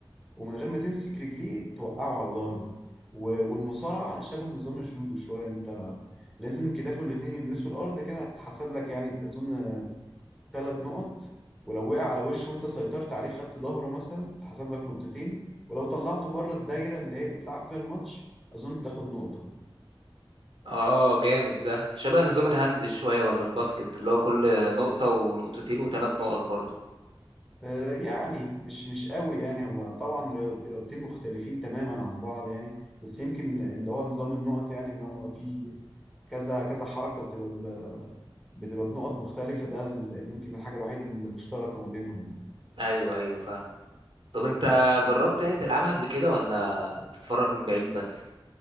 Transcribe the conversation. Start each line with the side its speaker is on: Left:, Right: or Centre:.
Centre: ومن غير ما تمسك رجليه توقعه على ظهره و- والمصارعه شبه نظام الجودو شويه انت لازم كتافه الاتنين يلمسوا الارض كده هتتحسب لك يعني اظن ثلاث نقط ولو وقع على وشه وانت سيطرت عليه خدت ظهره مثلا تتحسب لك نقطتين ولو طلعته بره الدايره اللي هي بيتلعب فيها الماتش اظن بتاخد نقطه
Right: اه جامد ده شبه نظام الهاند شوية ولا الباسكت اللي هو كل نقطة ونقطتين وثلاث نقط برضو
Centre: آه، يعني مش مش قوي يعني هو طبعا رياض- رياضتين مختلفين تماما عن بعض يعني بس يمكن ان هو نظام النقط يعني ان هم في كذا كذا حركه بتبقى ب- بتبقى بنقط مختلفه ده ال- يمكن الحاجه الوحيده المشتركه ما بينهم يعني
Right: ايوه ايوه فاهم طب انت جربت يعني تلعبها قبل كده ولا بتتفرج من بعيد بس